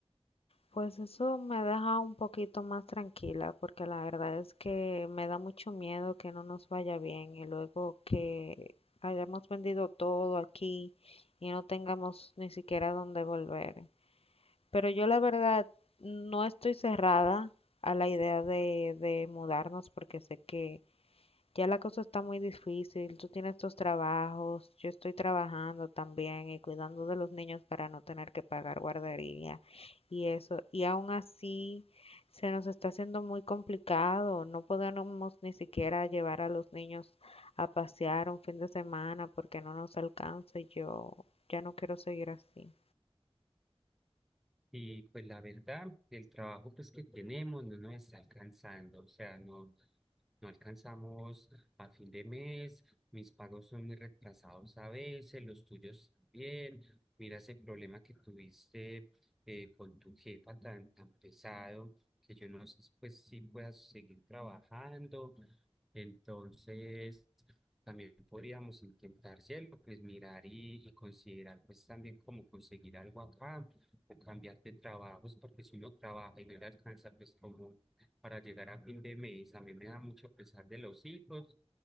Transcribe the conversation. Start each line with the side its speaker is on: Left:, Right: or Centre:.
Left: Pues eso me deja un poquito más tranquila, porque la verdad es que me da mucho miedo que no nos vaya bien y luego que hayamos vendido todo aquí y no tengamos ni siquiera dónde volver. Pero yo la verdad no estoy cerrada a la idea de, de mudarnos porque sé que ya la cosa está muy difícil. Tú tienes tus trabajos, yo estoy trabajando también y cuidando de los niños para no tener que pagar guardería y eso. Y aún así se nos está haciendo muy complicado. No podemos ni siquiera llevar a los niños a pasear un fin de semana porque no nos alcanza. y Yo ya no quiero seguir así.
Centre: Y pues la verdad, el trabajo pues que tenemos no nos está alcanzando, o sea, no, no alcanzamos a fin de mes, mis pagos son muy retrasados a veces, los tuyos también. Mira ese problema que tuviste eh, con tu jefa tan, tan pesado, que yo no sé pues si puedas seguir trabajando entonces, también podríamos intentar, cielo, pues mirar y, y considerar, pues también cómo conseguir algo acá o cambiar de trabajos, porque si uno trabaja y no le alcanza, pues como para llegar a fin de mes, a mí me da mucho pesar de los hijos